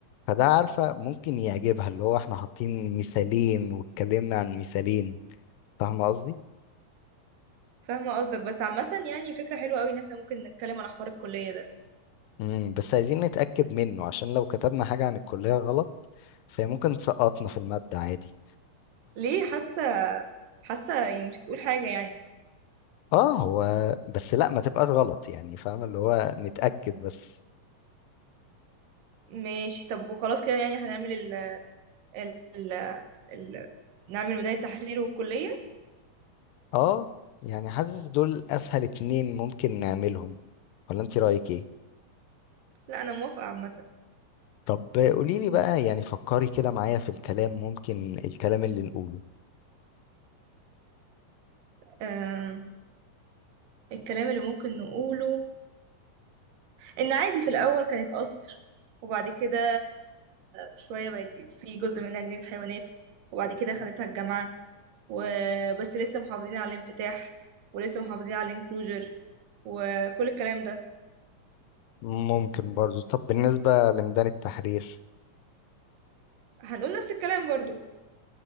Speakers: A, on the left (about 85°); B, on the right (about 75°).
A: فده عارفة ممكن يعجبها اللي هو احنا حاطين مثالين واتكلمنا عن مثالين فاهمة قصدي؟
B: فاهمه قصدك بس عامه يعني فكره حلوه قوي ان احنا ممكن نتكلم على حوار الكليه ده
A: امم بس عايزين نتأكد منه عشان لو كتبنا حاجة عن الكلية غلط فهي ممكن تسقطنا في المادة عادي
B: ليه حاسه حاسه يعني مش هتقول حاجه يعني
A: اه هو بس لا ما تبقاش غلط يعني فاهمة اللي هو نتأكد بس
B: ماشي طب وخلاص كده يعني هنعمل ال ال ال ال نعمل ميدان التحرير والكليه
A: اه يعني حاسس دول أسهل اتنين ممكن نعملهم ولا انت رأيك ايه؟
B: لا انا موافقه عامه
A: طب قوليلي بقى يعني فكري كده معايا في الكلام ممكن الكلام اللي نقوله
B: آه الكلام اللي ممكن نقوله ان عادي في الاول كانت قصر وبعد كده شويه بقت في جزء منها جنينه حيوانات وبعد كده خدتها الجامعه وبس لسه محافظين على الانفتاح ولسه محافظين على الانكلوجر وكل الكلام ده
A: ممكن برضو طب بالنسبة لميدان التحرير
B: هنقول نفس الكلام برضو